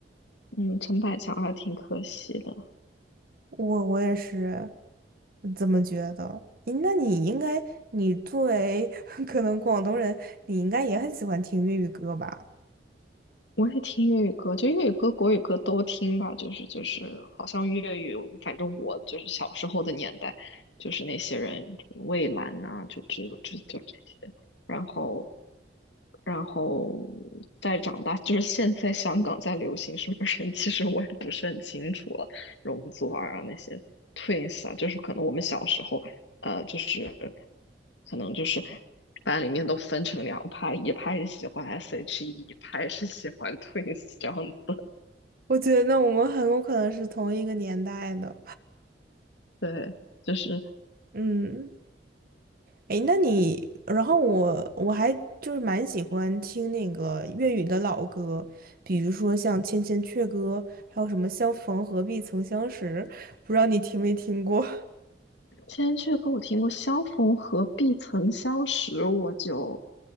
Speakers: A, on the left; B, on the right.
A: 嗯，陈百强还挺可惜的。
B: 我我也是这么觉得。诶那你应该，你作为 <laughs> 可能广东人，你应该也很喜欢听粤语歌吧？
A: 我也听粤语歌，就粤语歌、国语歌都听吧。就是就是，好像粤语，反正我就是小时候的年代，就是那些人，蔚蓝呐、就只有这就这些。然后，然后再长大，就是现在香港在流行什么人，其实我也不是很清楚了。容祖儿啊，那些 Twins 啊，就是可能我们小时候呃，就是可能就是大家里面都分成两派，一派是喜欢 SHE，一派是喜欢 Twins 这样的。
B: 我觉得那我们很有可能是同一个年代的。
A: 对，就是
B: 嗯。诶，那你，然后我我还就是蛮喜欢听那个粤语的老歌，比如说像《千千阙歌》，还有什么《相逢何必曾相识》，不知道你听没听过？
A: 千阙歌我听过《相逢何必曾相识》，我就